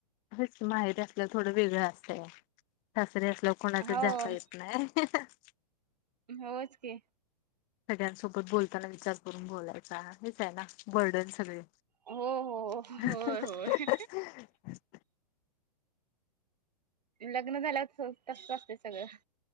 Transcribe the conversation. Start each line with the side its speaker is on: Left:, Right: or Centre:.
Left: हेच माहेर असल्यावर थोडं वेगळं असतंय. सासरी असल्यावर कोणाच्यात
Right: हो
Left: जाता येत नाही. <unintelligible>
Right: होच की.
Left: सगळ्यांसोबत बोलताना विचार करून बोलायचा हेच आहे ना बर्डन सगळे.
Right: हो हो
Left: <unintelligible>
Right: होय होय लग्न झालं तस असते सगळं.